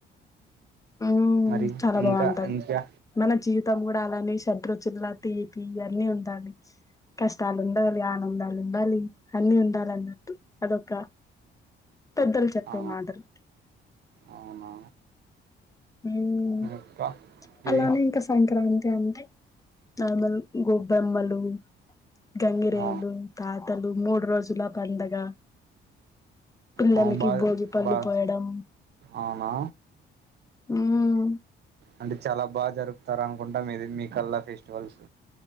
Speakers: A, on the left; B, on the right.
A: హ్మ్
B: మరి
A: చాలా
B: ఇంకా
A: బావుంటది
B: ఇంకా
A: మన జీవి మొత్తం కూడా అలానే షడ్రుచుల్ల తీపి ఇవన్నీ ఉండాలి కష్టాలు ఉండాలి ఆనందాలు ఉండాలి అన్ని ఉండాలిన్నట్టు అదొక పెద్దలు చెప్పే
B: ఆ
A: మాటలు
B: అవునా
A: హ్మ్
B: ఇంకా ఇది
A: అలానే ఇంక సంక్రాంతి అ అంటే నార్మల్ గొబ్బెమ్మలు గంగిరేవులు
B: ఆ
A: తాతలు మూడు రోజుల పండుగ పిల్లలకి
B: ఆ బాగా
A: భోగి పళ్ళు
B: బాగా
A: పోయడం
B: అవునా
A: హ్మ్
B: అంటే చాలా బాగా జరుపుతారు అనుకుంటా ఇది మీకల్లా ఫెస్టివల్స్